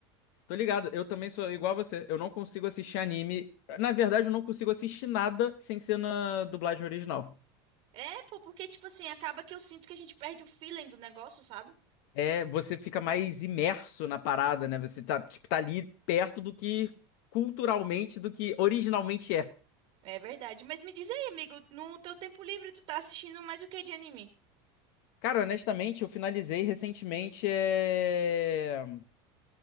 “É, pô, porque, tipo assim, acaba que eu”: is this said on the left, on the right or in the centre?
Right